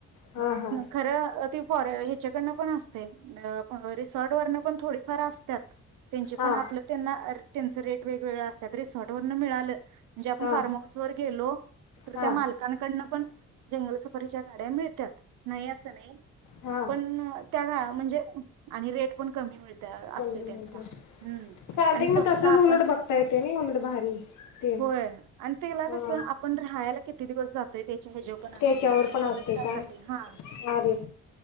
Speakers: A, on the left; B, on the right.
A: हा
B: मग
A: हा
B: खरं ती फॉरे ह्याच्याकडन पण असतय अ रिसॉर्ट वरन पण थोडीफार असत्यात. त्यांचे
A: हा
B: पण आपलं त्यांना अर त्यांच रेट वेगवेगळ असत्यात रिसॉर्टवरन मिळालं म्हणजे आपण
A: हा
B: फार्म हाऊस वर गेलो तर
A: हा
B: त्या मालकांकडन पण जंगल सफारीच्या गाड्या मिळत्यात नाही असं नाय
A: हा
B: पण त्या गा म्हणजे आणि रेट पण कमी मिळ त्या
A: कोण
B: असतय
A: मिळते
B: त्यांचा हम्म
A: चालते
B: आणि स्वतः
A: मग तसच
B: आपण
A: उलट बघता येते ना उलट भारी ते
B: होय आणि तेला
A: हा
B: कस आपण राहायला कि किती दिवस जातय ते? <unintelligible> ज्यो पण असतय
A: त्याच्यावर
B: म्हणजे
A: पण
B: चोवीस
A: असते
B: तासातील
A: काय
B: हा
A: भारी